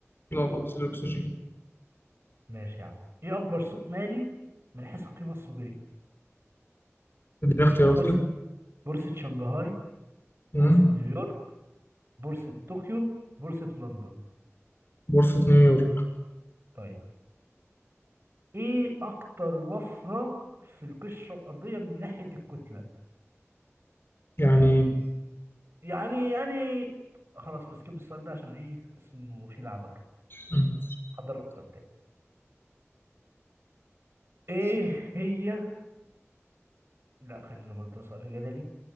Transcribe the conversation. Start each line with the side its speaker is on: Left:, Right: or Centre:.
Left: لا غلط الأكسجين
Right: ماشي يا عم إيه أكبر سوق مالي من حيث القيمة السوقية
Left: اديني اختيارات
Right: بورصة
Left: كده
Right: بورصة شنغهاي
Left: مم.
Right: بورصة نيويورك بورصة طوكيو بورصة لندن
Left: بورصة نيويورك
Right: طيب ايه اكتر وفرة في القشرة الأرضية من ناحية الكتلة
Left: يعني
Right: يعني يعني خلاص بسكيب السؤال ده عشان ايه حاسس انه في لعبك
Left: مم.
Right: حضر لك سؤال تاني ايه هي لا خلينا برضه سؤال جدلي